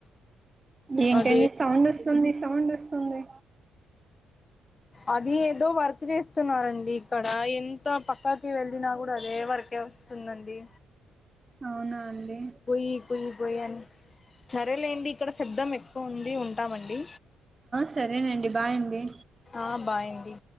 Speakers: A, on the right; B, on the left.
A: ఏంటండి
B: అదే
A: సౌండ్ ఒస్తుంది సౌండ్ ఒస్తుంది.
B: అది ఏందో వర్క్ చేస్తున్నారండి ఇక్కడ ఎంత పక్కాకి వెళ్ళినా కూడా అదే వర్కే. సునండి.
A: అవునా అండి.
B: కుయ్యి కుయ్యి అని సరేలేండి ఇక్కడ శబ్దం ఎక్కువ ఉంది ఉంటామండి.
A: సరేనండి బాయ్ అండి.
B: ఆ బాయ్ అండి.